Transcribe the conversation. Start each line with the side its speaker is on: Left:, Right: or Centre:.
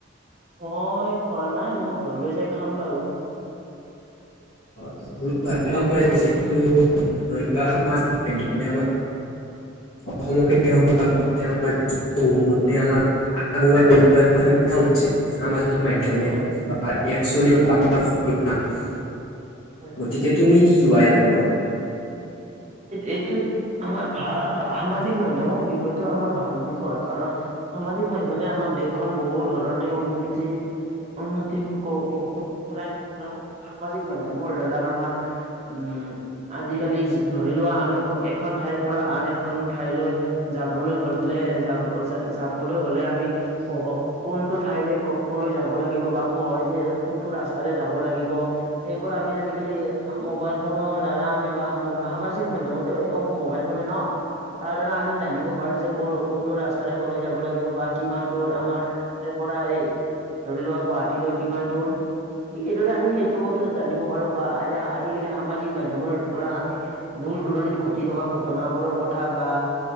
Right: মই খোৱা নাই মই ঘৰলৈ যাই খাম বাৰু।
Left: <unintelligible> ধৰি
Right: কোৱা
Left: লোৱা
Right: কোৱা
Left: সামাজিক মাধ্যমে আমাক। অসমকে হওঁক বা। <unintelligible> <unintelligible> সক্ষম হৈছে আমাৰ। মাধ্যমে
Right: হয়
Left: বা। <unintelligible>
Right: হয়
Left: গতিকে তুমি কি কোৱা ইয়াৰ ওপৰত।
Right: এইটো আমাৰ ভা সামাজিক মাধ্যমৰ বিষয়টো আমাৰ ভাল বিষয় কাৰণ সামা সামাজিক মাধ্যমে আমাক দেশখন বহু ধৰণে উন্নতি। উন্নতি <unintelligible> কৰাই সামাজিক মাধ্যমৰ দ্বাৰা আমাৰ উম। উম আজিকালি। ধৰি লোৱা আমি এখন ঠাইৰ পৰা আন এখন ঠাইলৈ যাবলৈ হ'লে যাব-যা। যাবলৈ হ'লে আমি ক-কোনটো ঠাইৰে ক-কলৈ যাব লাগিব বা কহেদি কোনটো। ৰাস্তাৰে যাব লাগিব এইবোৰ আমি আজিকালি মোবাইল ফোনৰ দ্বাৰা আমি বা সাম সামাজিক মাধ্যমৰটো এইটো অংশ মোবাইল ফোনে নহ। তাৰ দ্বাৰা আমি জানিব পাৰোঁ যে ক-কোনটো ৰাস্তাৰে ক'লৈ যাব লাগিব বা কিমান দূৰত আমাৰ। <unintelligible> পৰা এই ধৰি লোৱা গুৱাহাটীলৈ কিমান দূৰ। ঠিক সেইদৰে আমি সেইটো জানিব পাৰো বা আজি আজিকালি সামাজিক মাধ্যমৰ পৰা আমি। দূৰ দূৰণিত ঘটি থকা ঘটনাবোৰৰ কথা বা